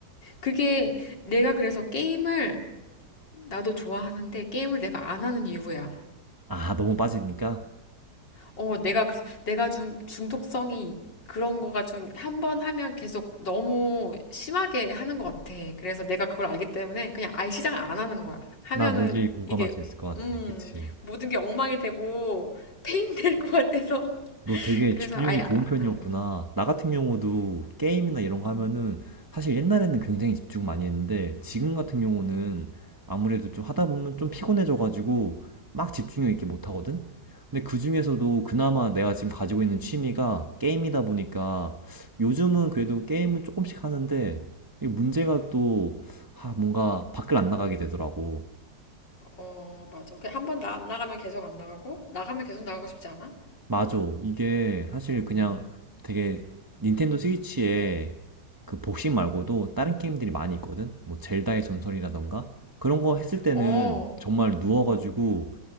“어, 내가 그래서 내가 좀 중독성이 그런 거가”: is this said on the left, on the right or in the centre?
Left